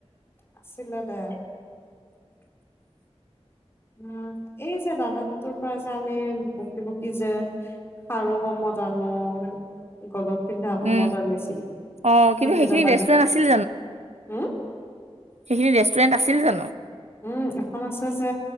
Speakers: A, on the left; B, on the right.
A: আছিলে দে। উম, এই যে দানতটো পৰা যে আমি বকি বকি যে খাৰু কমত আনো গলত পিন্ধা সমত
B: উম।
A: আনিছিল,
B: অ', কিন্তু
A: সেই
B: সেইখিনি
A: দাদাকেইটা,
B: ৰেষ্টুৰেণ্ট আছিল
A: হুম?
B: সেইখিনিত ৰেষ্টুৰেণ্ট আছিল জানো?
A: উম এখন আছে যে